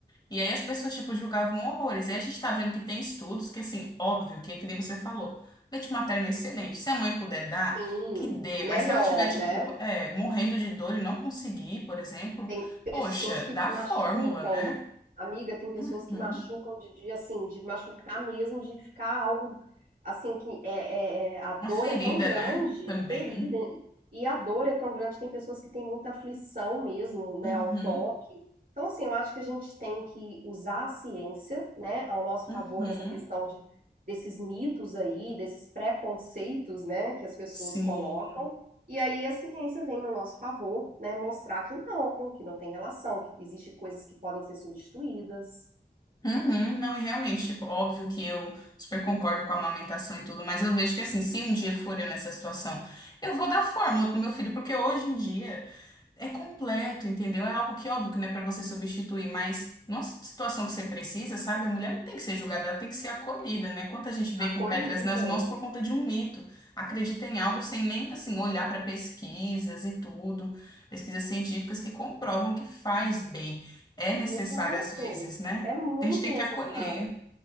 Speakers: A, on the left; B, on the right.
A: E aí as pessoas tipo julgavam horrores. E aí a gente tá vendo que tem estudos que assim, óbvio, que é que nem você falou, leite materno é excelente. Se a mãe puder dar,
B: Sim,
A: que dê,
B: melhor,
A: mas se ela tiver tipo,
B: né?
A: é, morrendo de dor e não conseguir, por exemplo,
B: Tem
A: poxa,
B: pessoas que
A: dá
B: machucam,
A: fórmula, né?
B: amiga, tem pessoas
A: Uhum.
B: que machucam de, de assim, de machucar mesmo, de ficar algo assim que é, é- é- a dor
A: Uma ferida,
B: é tão grande,
A: né? Também.
B: ferida, e a dor é tão grande, tem pessoas que têm muita aflição mesmo, né,
A: Uhum.
B: ao toque. Então, assim, eu acho que a gente tem que usar a ciência, né, ao nosso
A: Uhum,
B: favor nessa questão de, desses mitos aí, desses preconceitos, né, que as pessoas
A: sim.
B: colocam e aí a ciência vem no nosso favor, né, mostrar que não, que não tem relação, que existe coisas que podem ser substituídas,
A: Uhum, não, e realmente, tipo, óbvio que eu super concordo com a amamentação e tudo, mas eu vejo que assim, se um dia for eu nessa situação, eu vou dar fórmula pro meu filho, porque hoje em dia É completo, entendeu? É algo que, óbvio, que não é para você substituir, mas numa situação que você precisa, sabe? A mulher não tem que ser julgada, ela tem que ser acolhida, né? Quanta gente vem
B: acolhida.
A: com pedras nas mãos por conta de um mito, acredita em algo sem nem, assim, olhar para pesquisas e tudo, pesquisas científicas que comprovam que faz bem. É necessário
B: Exato.
A: às vezes, né?
B: É muito
A: A gente tem
B: necessário
A: que acolher.